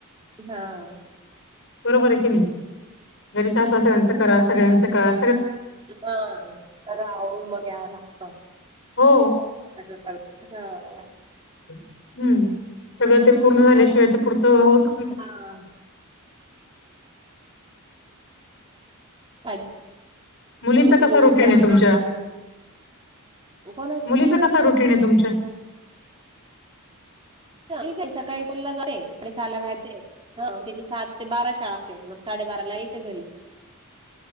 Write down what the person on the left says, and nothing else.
बरोबर आहे की नाही घरी सासू-सासऱ्यांच करा सगळ्यांचं कळा
हो
हम्म सगळं ते पूर्ण झाल्याशिवाय ते पुढचं होत
मुलीचा
कसा
रुटीन
आहे तुमच्या?
मुलीचा कसा रुटीन आहे तुमच्या?